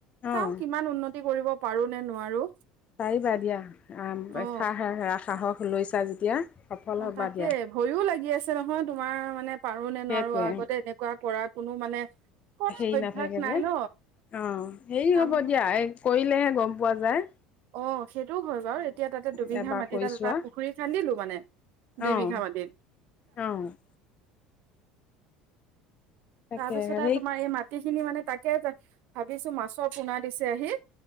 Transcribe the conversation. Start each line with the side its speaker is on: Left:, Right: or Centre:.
Right: চাওঁ
Left: অঁ
Right: কিমান উন্নতি কৰিব পাৰো নে নোৱাৰো।
Left: পাৰিবা দিয়া, উম
Right: অ
Left: সাহ-সাহস লৈছা যেতিয়া। সফল
Right: অ',
Left: হ'বা
Right: তাকে
Left: দিয়া
Right: ভয়ো লাগি আছে নহয়, তোমাৰ মানে পাৰো নে
Left: সেইটোৱে
Right: নোৱাৰো আগতে এনেকুৱা কৰা কোনো মানে কৰা
Left: হেৰি
Right: অভ্যাস
Left: নাথাকে
Right: নাই
Left: যে,
Right: ন
Left: অ', হেৰি
Right: কাম
Left: হ'ব দিয়া, এই কৰিলেহে গম পোৱা যায়।
Right: অ', সেইটোও হয় বাৰু,
Left: অঁ
Right: এতিয়া তাতে দুবিঘা
Left: এবাৰ
Right: মাটি
Left: কৰি
Right: এতাত এটা
Left: চোৱা
Right: পুখুৰী খান্দিলো মানে। দুই
Left: অঁ
Right: বিঘা মাটিত?
Left: অ'। তাকে
Right: তাৰ পিছত
Left: হেৰি
Right: আৰু তোমাৰ এই মাটি খিনি মানে তাকে, ভাবিছো মাছৰ পোনা দিছেহি